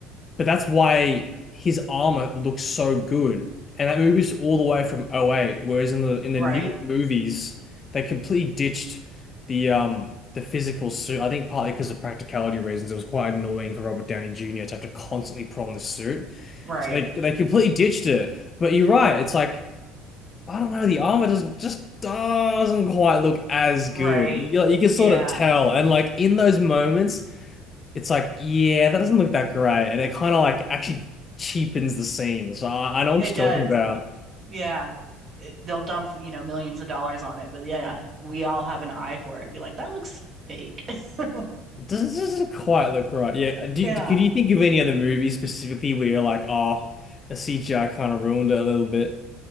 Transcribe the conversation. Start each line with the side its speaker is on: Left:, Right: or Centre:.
Left: but that's why his armor looks so good. And that movie's all the way from '08. whereas in the in the
Right: Right.
Left: newer movies, they completely ditched the um the physical suit. I think partly because of practicality reasons, it was quite annoying for Robert Downey Jr. to have to constantly put on this suit.
Right: Right.
Left: So they they completely ditched it. But you're right, it's like I don't know, the armor doesn't just doesn't quite look as
Right: Right.
Left: good. You you can sort
Right: Yeah.
Left: of tell, and like in those moments it's like, yeah, that doesn't look that great. And it kind of like actually cheapens the scene. So I, I know
Right: It
Left: what
Right: does.
Left: you're talking about.
Right: Yeah. they'll dump you know millions of dollars on it but yeah yeah, we all have an eye for it be like that looks fake <laughs>
Left: It doesn't, doesn't quite look right. Yeah. Do,
Right: yeah
Left: do, can you think of any other movies specifically where you're like, oh, the CGI kind of ruined it a little bit?